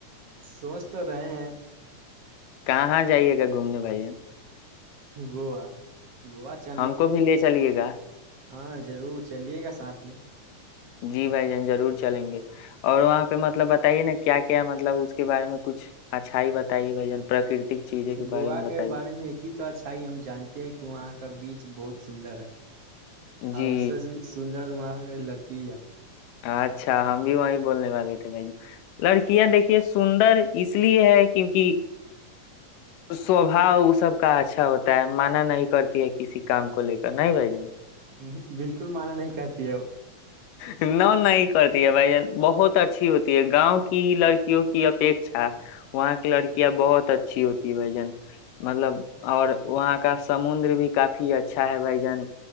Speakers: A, on the right; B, on the left.
A: سوچ تو رہے ہیں
B: کہاں جائیے گا گھومنے بھائیان
A: گووا گووا چلنے
B: ہم
A: کی
B: کو بھی لے چلیے گا
A: ہاں ضرور چلیے گا ساتھ ہی
B: جی بھائی جان ضرور چلیں گے اور وہاں پہ مطلب بتائیے نا کیا کیا مطلب اس کے بارے میں کچھ اچھائی بتائیے بھائی جان پراکرتک چیزوں کے بارے
A: گووا
B: میں بتائیے
A: کے بارے میں ایک ہی تو اچھا ہم جانتے ہیں کہ وہاں کا بیچ بہت سندر ہے
B: جی
A: اور اس سے بھی سندر لڑکی ہے
B: اچھا ہم بھی وہی بولنے والے تھے بھائی جن لڑکیاں دیکھیے سندر اس لیے ہے کیونک سوباؤ وہ سب کا اچھا ہوتا ہے مانا نہیں کرتی ہے کسی کام کو لے کر نہیں بھائی جن
A: ہ بالکل مانا نہیں کرتی ہے وہ
B: نہ نہیں کرتی ہے بھائی جان بہت اچھی ہوتی ہے گاؤں کی لڑکیوں کی اپیکھا وہاں کی لڑکیاں بہت اچھی ہوتی ہے بھائی جان مطلب اور وہاں کا سمندر بھی کافی اچھا ہے بھائی جن